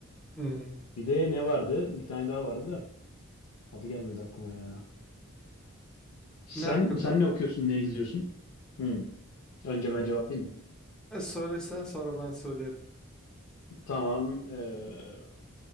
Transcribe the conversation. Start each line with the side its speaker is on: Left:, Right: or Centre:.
Centre: hmm.
Left: Bir de ne vardı? Bir tane daha vardı da adı gelmedi aklıma ya. Sen
Centre: Ne hakkında?
Left: sen ne okuyorsun, ne izliyorsun? Hmm. Önce ben cevaplayayım mı?
Centre: E, söylesen sonra ben söylerim.
Left: Tamam. eee,